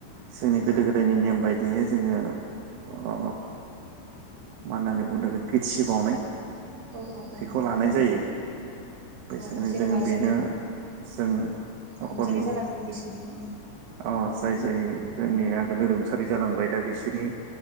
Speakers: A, on the right; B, on the right.
A: जोंनि
B: औ
A: गोदो गोदायनि नेम बायद बिदिनो जोङो अ मा होननानै बुंदो गोथ्सि बावनाय।
B: औ औ औ
A: बेखौ
B: नंगौ
A: लानाय
B: नोंथां
A: जायो
B: नंगौ
A: बैसागोनि
B: औ जेनेबा
A: जोङो बेनो
B: ज
A: जों नख'रनि
B: रुंसारि जालांदों बिसोरनो
A: अ जाय जाय जोंनि
B: औ
A: आगोलो रुंसा खारि जालांबाय दा बिसोरनि